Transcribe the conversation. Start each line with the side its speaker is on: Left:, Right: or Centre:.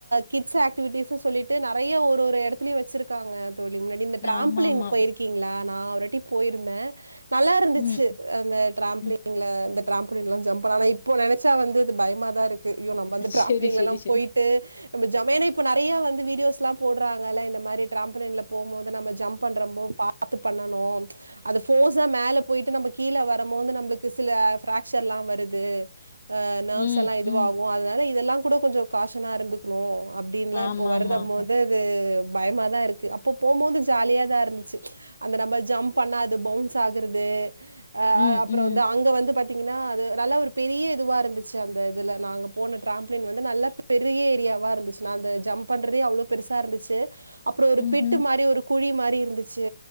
Right: கிட்ஸ் ஆக்டிவிட்டிஸ்னு சொல்லிட்டு நெறைய ஒரு ஒரு எடத்துலயு வச்சிருக்காங்க தோழி முன்னாடி இந்த டிரப்லின்
Left: ஆமா ஆமா
Right: போயிருக்கீங்களா நா ஒராட்டி போயிருந்தே நல்லா இருந்துச்சி
Left: ம்
Right: அந்த டிரம்பிலிங்ல
Left: ம்
Right: இந்த டிரம்பிலின்லா ஜம் பண்ண ஆனா இப்ப நெனச்சா வந்து பயமாதா இருக்கு ஐயோ நம்ம அந்து டப்லிங்கல்லா
Left: செரி செரி செரி
Right: போயிட்டு நம்ம ஜமேன்னே இப்ப நெறைய வந்து வீடியோஸ்ல்லா போடறாங்கல இந்த மாரி டிராம்பீலின்ல போம்போது நம்ம ஜம்ப் பண்றமோ பா பத்து பண்ணனு அது ஃபோர்ஸா மேல போயிட்டு நம்ம கீழ வரம்மோது நம்மளுக்கு சில பிராக்சர்ல்லா வருது ஆ நர்வ்ஸ்
Left: ம்
Right: எல்லா இ இதுவாகு
Left: ம்
Right: அதனால இதெல்லா கூட கொஞ்ச காசனா இருந்துக்கணு அப்டின்ல்லா
Left: ஆமா
Right: இப்ப வருதம்
Left: ஆமா ஆமா
Right: வந்து து பயமாதா இருக்கு அப்போ போம்போது ஜலியாதா இருந்துச்சி அந்த நம்ம ஜம்ப் பண்ண அது பவுன்ஸ் ஆகுரது அ
Left: ம்
Right: அப்புறோ
Left: ம்
Right: வந்து அங்க வந்து பா த்திங்கன்னா அது நல்ல ஒரு பெரிய இதுவா இருந்துச்சி அந்த இதுல நாங்க போன டிரப்ளின் வந்து நல்ல பெரிய ஏரியாவா இருந்துச்சி நா அந்த ஜம்ப் பண்றதே அவ்ளோ பெருசா இருந்துச்சி அப்புறோ ஒரு
Left: ம்ஹும்
Right: பிட்டு மாரி ஒரு குழி மாரி இருந்துச்சி